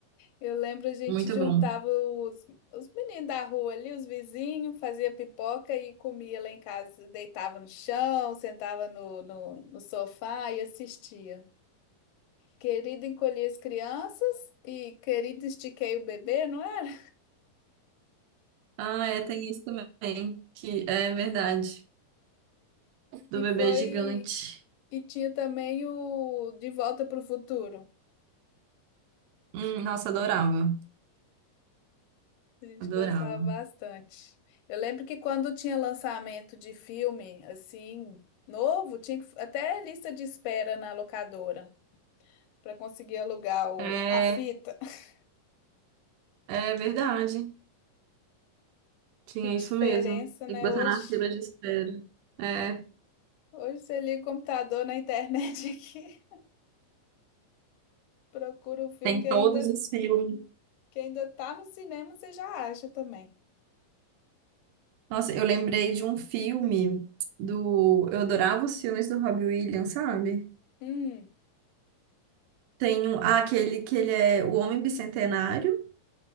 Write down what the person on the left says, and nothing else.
Eu lembro a gente
juntava
os, os meninos da rua ali, os vizinhos, fazia pipoca e comia lá em casa. Deitava no chão, sentava no, no, no sofá e assistia. Querido Encolher as Crianças e Querido Estiquei o Bebê, não era?
E
foi...
E tinha também o De Volta para o Futuro.
A gente
gostava bastante. Eu lembro que quando tinha lançamento de filme, assim, novo, tinha que, até lista de espera na locadora para conseguir alugar o,
a fita. <laughs>
Que diferença,
né?
Hoje,
hoje você liga o computador na internet <laughs> aqui, procura o filme
que
ainda,
que ainda tá no cinema, você já acha também.
Hum,